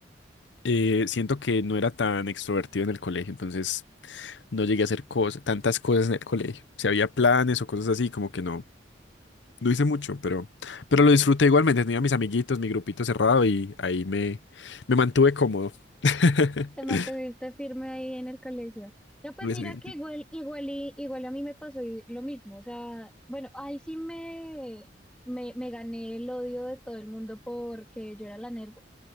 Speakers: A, on the left; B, in the centre.
A: eh, siento que no era tan extrovertido en el colegio, entonces no llegué a hacer cosas, tantas cosas en el colegio. Si había planes o cosas así, como que no. No hice mucho, pero, pero lo disfruté igualmente. Tenía mis amiguitos, mi grupito cerrado y ahí me, me mantuve cómodo. <laughs>
B: ¿Te mantuviste firme ahí en el colegio? No, pues
A: No
B: mira
A: es gente.
B: que igual, igual, y, igual a mí me pasó i- lo mismo. O sea, bueno, ahí sí me, me, me gané el odio de todo el mundo porque yo era la nerda.